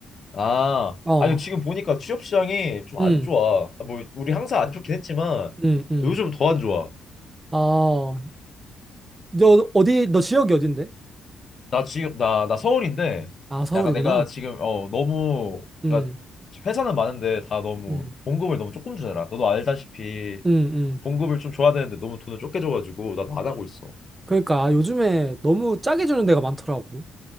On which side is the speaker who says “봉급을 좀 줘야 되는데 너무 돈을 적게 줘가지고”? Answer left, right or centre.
Left